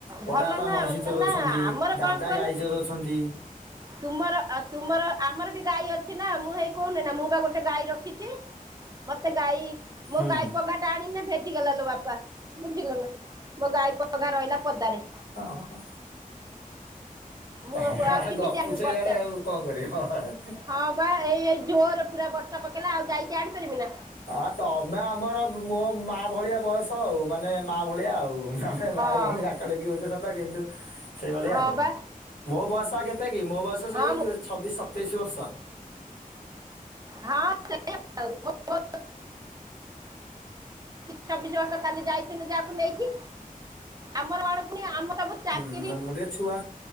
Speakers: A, on the left (about 85°); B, on the right (about 25°).
A: ବଡ଼ା
B: ଭଲ
A: ବାପା
B: ନା
A: ମଇଁଷି ଚରଉଛନ୍ତି
B: ନା ଆମର
A: ଦାଦା
B: କ'ଣ କୁହନି
A: ଗାଈ ଚରାଉଛନ୍ତି।
B: ତୁମର ତୁମର ଆମର ବି ଗାଈ ଅଛି ନା ମୁଁ ହେଇ କହୁନି ନା ମୁଁ ବା ଗୋଟେ ଗାଈ ରଖିଛି। ମତେ ଗାଈ
A: ହୁଁ
B: ମୋ ଗାଈ ପଘାଟା ଟାଣିନେ ଭେଜିଗଲା ଲୋ ବାପା ବୁଝିଲ ନା ମୋ ଗାଈ ପଘା ରହିଲା ପଦାରେ।
A: ଓହୋ
B: ମୁଁ
A: ହଁ
B: ଆଉ ଆଉ
A: ହଁ <unintelligible>
B: କେମିତି
A: ଗପୁଛେ
B: ଆଣିବି ବର୍ଷା
A: ଇଆଡେ ଆଉ କଣ କରିବ <unintelligible>
B: ହଁ ବା ଏଇ ଏଇ ଜୋର ପୁରା ବର୍ଷା ପକେଇଲା ଆଉ ଯଇକି ଆଣିପାରିମି ନା
A: ଆ ତମେ ଆମର ମୋ ମା ଭଳିଆ ବୟସ ଆଉ ମାନେ ମା ଭଳିଆ ଆଉ। ଆମେ
B: ହଁ
A: ଭାଇ ଭଉଣୀ ଡାକା ଡୁକି ହଉଛେ ସତ କିନ୍ତୁ ସେଇଭଳିଆ।
B: ହଁ ବା
A: ମୋ ବୟସ ଆ କେତେ କି ମୋ ବୟସ
B: ହଁ
A: ସେଇ
B: ମୁଁ
A: ଛବିଶି ସତେଇଶି ବର୍ଷ।
B: ହଁ ସେଇ <unintelligible> ଚ ଚବିଶି ବର୍ଷ କାଲି ଯାଇଥିଲୁ ଯେ ୟାକୁ ନେଇକି ଆମର ପୁଣି ଆମ ସବୁ
A: ହୁଁ
B: ଚାକିରି
A: ମୁଁ ଟିକେ ଛୁଆ